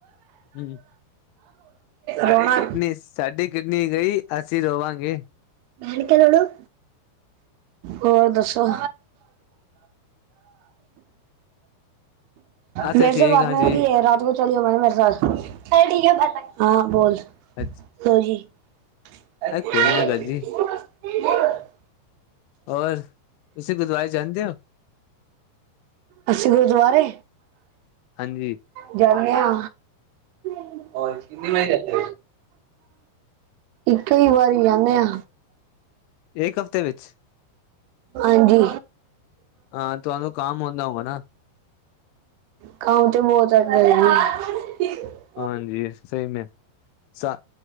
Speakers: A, on the left; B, on the right.
A: ਹੂੰ
B: ਰੋਣਾ
A: ਸਾਡੀ ਕਿਡਨੀ ਗਈ ਅਸੀਂ ਰੋਵਾਂਗੇ
B: ਜਾਣਕੇ ਰੋ ਲੋ। ਹੋਰ ਦੱਸੋ?
A: ਅੱਛਾ
B: ਮੇਰੇ
A: ਠੀਕ
B: ਸੇ ਬਾਤ
A: ਹਾਂ
B: ਨਾ
A: ਜੀ
B: ਕਰਦੀ ਹੈ ਰਾਤ ਚਲ ਮੈ ਕਿਹਾ ਮੇਰੇ ਸਾਥ ਹਾਂ ਠੀਕ ਏ <unintelligible> ਹਾਂ ਬੋਲ
A: ਅੱਛਾ
B: ਹੋਰ ਜੀ <unintelligible>
A: ਕੋਈ ਨਾ ਗੱਲ ਜੀ ਹੋਰ‌, ਤੁਸੀਂ ਗੁਰਦੁਆਰੇ ਜਾਂਦੇ ਹੋ?
B: ਅਸੀਂ ਗੁਰਦੁਆਰੇ,
A: ਹਾਂਜੀ
B: ਜਾਂਨੇ ਆ। ਕਿੰਨੀ ਵਾਰੀ ਜਾਂਦੇ ਓ? ਇੱਕੋ ਹੀ ਵਾਰੀ ਜਾਂਦੇ ਆ।
A: ਇੱਕ ਹਫ਼ਤੇ ਵਿੱਚ?
B: ਹਾਂਜੀ
A: ਹਾਂ ਤੁਹਾਨੂੰ ਕੰਮ ਹੁੰਦਾ ਹੋਗਾ ਨਾ
B: ਕੰਮ ਤੇ ਬਹੁਤ <unintelligible>
A: ਹਾਂਜੀ ਸਹੀ ਮੇ ਸਾ